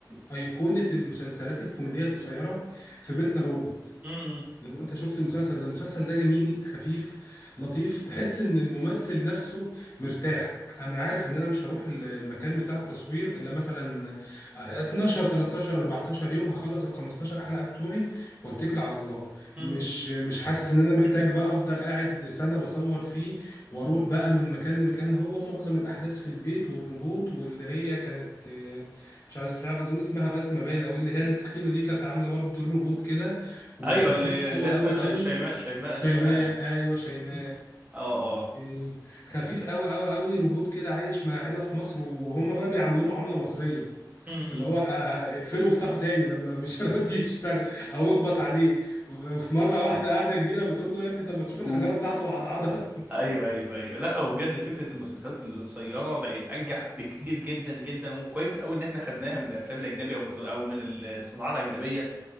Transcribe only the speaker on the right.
امم
امم
<clears throat>
ايوه اللي
اللي اسمها
ش-
شيماء شيماء
اسمها
اه اه
امم
<laughs>
ايوه ايوه ايوه لا وبجد فكره المسلسلات القصيره بقت انجح بكتير جدا جدا وكويس قوي ان احنا خدناها من الافلام الاجنبيه او مسل- او من الصناعه الاجنبيه